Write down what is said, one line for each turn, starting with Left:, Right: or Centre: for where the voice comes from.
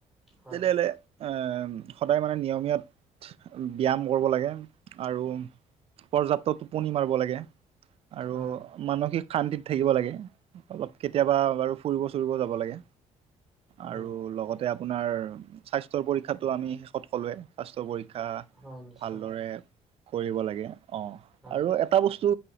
Centre: হয়
Right: তেনেহ'লে। এ সদায় মানে নিয়মীয়াত ব্যায়াম কৰিব লাগে। আৰু পৰ্যাপ্ত টোপনি মাৰিব লাগে আৰু
Centre: হয়
Right: মানসিক শান্তিত থাকিব লাগে অলপ কেতিয়াবা বাৰু ফুৰিব চুৰিব যাব লাগে।
Centre: হয়
Right: আৰু লগতে আপোনাৰ স্বাস্থ্যৰ পৰীক্ষাটো আমি শেষত ক'লোৱে। স্বাস্থ্য পৰীক্ষা
Centre: হয় নিশ্চয়
Right: ভালদৰে কৰিব লাগে অ
Centre: হয়
Right: আৰু এটা বস্তু